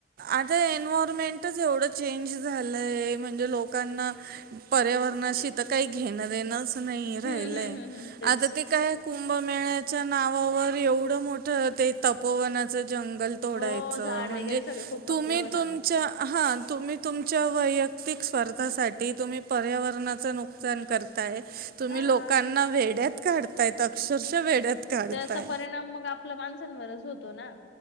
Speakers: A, on the right; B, on the left.
A: आता एनवयरमेंटच एवढं चेंज झालंय. म्हणजे लोकांना पर्यावरणाशी तर काही घेणं देणंच नाही
B: हम्म
A: राहिलय.
B: हम्म हम्म हम्म तेच
A: आता ते काय कुंभमेळ्याच्या नावावर एवढं मोठं ते तपोवनाचं जंगल तथोडायच.
B: हो झाड
A: म्हणजे
B: वगैरे सगळे खूप कापले
A: तुम्ही
B: होणार
A: तुम
B: ना
A: च्या. हां तुम्ही तुमच्या वैयक्तिक स्वार्थासाठी तुम्ही पर्यावरणाचं नुकसान कर ताय. तुम्ही
B: हा
A: लोकांना वेड्यात काढताय. अक्षरशः वेड्यात काढताय.
B: त्याचा परिणाम मग आपल्या माणसांवरच होतो ना.